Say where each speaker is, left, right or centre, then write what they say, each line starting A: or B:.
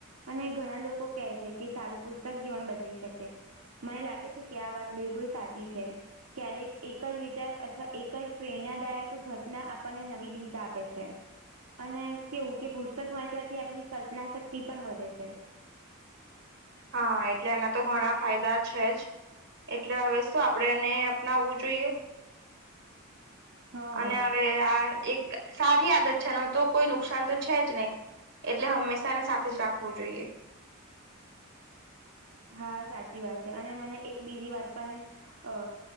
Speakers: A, on the right; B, on the right.
A: અને ઘણા લોકો કહે છે કે સારું પુસ્તક જીવન બદલી શકે. મને લાગે છે કે આ વાત બિલકુલ સાચી છે ક્યારેક એક જ વિચાર અથવા એક જ પ્રેરણાદાયક ઘટના આપણને નવી દિશા આપે છે. અને કેવું કે પુસ્તક વાંચવાથી આપણી કલ્પના શક્તિ પણ વધે છે.
B: હા એટલે એના તો ઘણા ફાયદા છે જ. એટલે હવે શું આપડે એને અપનાવવું જોઈએ
A: હા
B: અને હવે આ એક સારી આદત છે ન તો કોઈ નુકસાન તો છે જ નહીિ એટલે હંમેશાને સાથે જ રાખવું જોઈએ
A: હા સાચી વાત છે અને મને એક બીજી વાત પણ અ